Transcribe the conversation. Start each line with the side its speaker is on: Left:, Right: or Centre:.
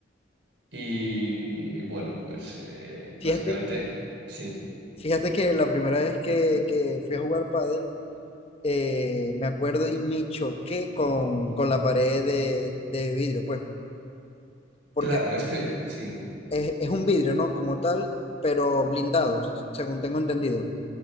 Right: Y bueno, pues eh, básicamente
Left: Fíjate,
Right: sí.
Left: fíjate que la primera vez que, que fui a jugar pádel, eh, me acuerdo y me choqué con, con la pared de, de vidrio, pues, porque
Right: Claro, es que sí.
Left: es, es un vidrio, ¿no? Como tal, pero blindado, según tengo entendido.